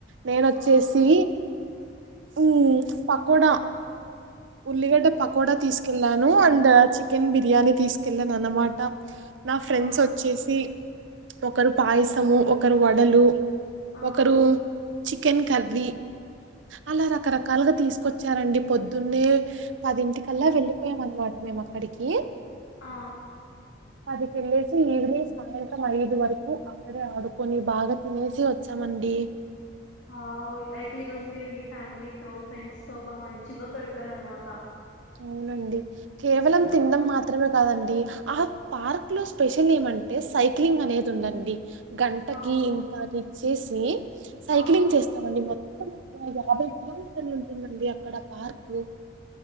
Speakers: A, on the right (about 85°); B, on the left (about 80°).
A: నేన వొచ్చేసి
B: ఆ
A: ఉ పకోడా
B: ఆ
A: ఉల్లిగడ్డ పకోడా తీసుకెళ్ళాను అండ్ చికెన్ బిర్యానీ తీసుకెళ్ళాను అన్నమాట నా ఫ్రెండ్స్
B: ఆ
A: వచ్చేసి ఒకరు పాయసము ఒకరు వడలు
B: ఆ
A: ఒకరు చి చికెన్ కర్రీ అలా రకరకాలుగా తీసుకొచ్చారండి పొద్ దున్నే పదింటి
B: ఆ
A: కల్లా వెళ్లి పోయాం అనమాట మేము అక్కడికి
B: ఆ
A: పదికి వెళ్ళసి ఈవినింగ్ సాయంత్రం త్రం ఐదు వరకు అక్కడే ఆడుకొని బాగా తినేసి వచ్చామండి
B: ఆ అయితే ఈ రోజు మీరు మీ ఫ్యామిలీతో ఫ్రెండ్స్ తో బాగా మంచిగా గడిపారనమాట
A: అవునండి కేవలం తిండం
B: ఆ
A: మాత్రమే కాదండి ఆ పార్క్ లో స్పెషల్ ఏమంటే సైక్లింగ్ అనేది ఉండండి గంటకి
B: అవు
A: ఇంతా చేసి సైక్లింగ్
B: ఆ
A: చేస్తామండి మొత్తం <unintelligible> యాభై <unintelligible> ఉంటుంది అండి అక్కడ పార్క్